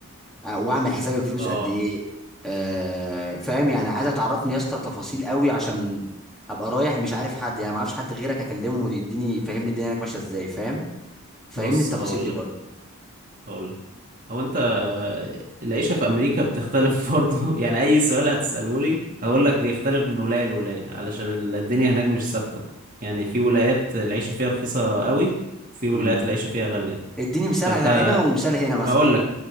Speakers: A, in the centre; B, on the right (about 40°).
A: آه، واعمل حساب الفلوس
B: اه
A: قد ايه آه، فاهم يعني عايزه تعرفني يا اسطى تفاصيل قوي عشان هبقى رايح مش عارف حد يعني ما اعرفش حد غيرك اكلمه يديني يفهمني الدنيا هناك ماشيه ازاي فاهم فهمني
B: بص
A: التفاصيل
B: هقولك
A: دي برضه
B: هقولك هو انت العيشة في امريكا بتختلف <laughs> برضو يعني اي سؤال هتسأله لي هقول لك بيختلف من ولاية لولاية علشان الدنيا هناك مش ثابتة يعني في ولايات العيشة فيها رخيصة قوي في ولايات
A: امم
B: العيشة فيها غالية
A: اديني مثال
B: فانت
A: على هنا ومثال هنا مثلا
B: هقول لك